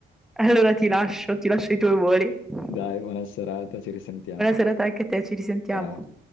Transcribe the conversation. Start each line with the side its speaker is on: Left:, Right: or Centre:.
Centre: Allora ti lascio, ti lascio i tuoi voli. Buona
Left: dai, buona serata, ci risentiamo.
Centre: serata anche a te, ci risentiamo.
Left: Ciao.